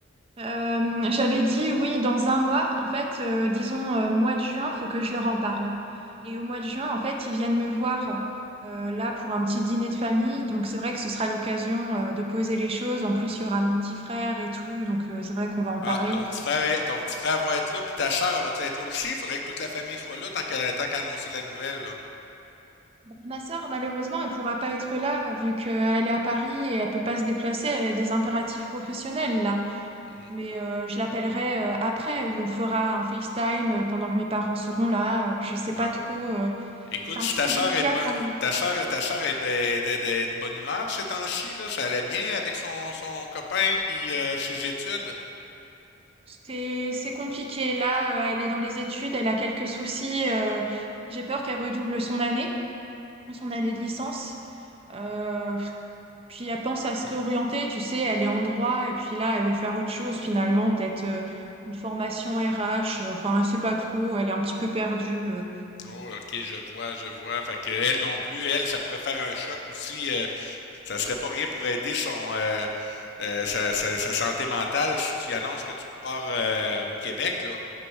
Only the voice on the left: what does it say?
Ah, ton petit frère, est- ton petit frère va être là, puis ta sœur, elle va être là aussi? Il faudrait que toute la famille soit là tant qu'à tant qu'à annoncer la nouvelle, là.
Hmm,
Non.
Écoute,
si
ta
sœur
est de bonne,
ta sœur, ta sœur est de, de- de- est de bonne humeur ces temps-ci, là, ça allait bien avec son, son copain puis euh, ses études.
Oh, ok, je vois, je vois. Fait que elle non plus, elle, ça pourrait faire un choc aussi. euh, ça serait pas rien pour aider son euh, euh, sa, sa- sa santé mentale si tu y annonces que tu pars euh, au Québec, là.